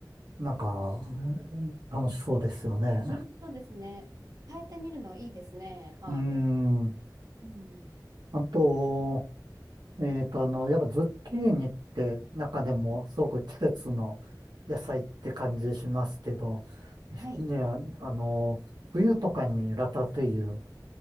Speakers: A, on the right; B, on the right.
A: なんか、うん楽しそうですよね。
B: 楽しそうですね。変えてみるのいいですね、ハーブ。
A: うーん。
B: うん。
A: あと、えっと、あの、やっぱズッキーニって中でもすごく季節の野菜って感じしますけど、
B: はいはい。
A: ね、あの、冬とかにラタトゥイユ